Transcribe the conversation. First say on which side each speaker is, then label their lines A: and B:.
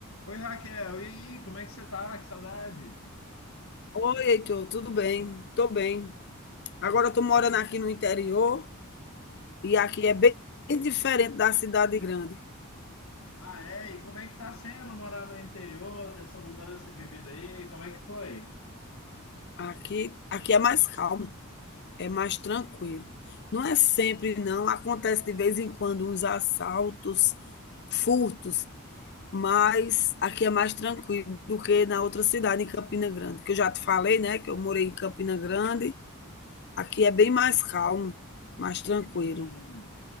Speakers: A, on the left; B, on the left.
A: Oi, Raquel, e aí, como é que você tá? Que saudade!
B: Oi, Heitor, tudo bem? Tô bem. Agora eu tô morando aqui no interior e aqui é bem bem diferente da cidade grande.
A: Ah, é? E como é que tá sendo morar no interior, ter essa mudança de vida aí? Como é que foi?
B: Aqui, aqui é mais calmo, é mais tranquilo. Não é sempre, não. Acontece de vez em quando uns assaltos, furtos, mas aqui é mais tranquilo do que na outra cidade, em Campina Grande, que eu já te falei, né, que eu morei em Campina Grande. Aqui é bem mais calmo, mais tranquilo.
A: Hum.